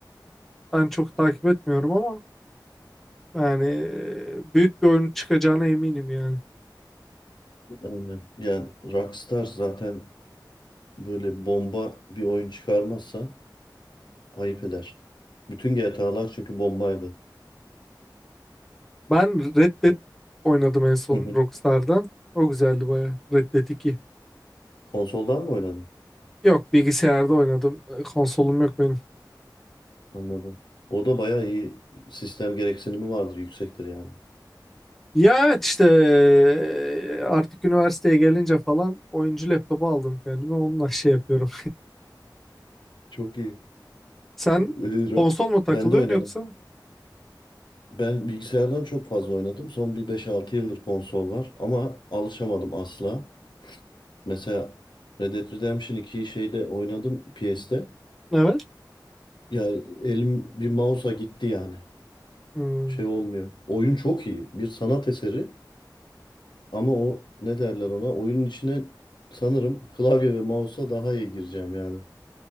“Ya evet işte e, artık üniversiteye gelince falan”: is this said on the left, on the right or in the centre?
Centre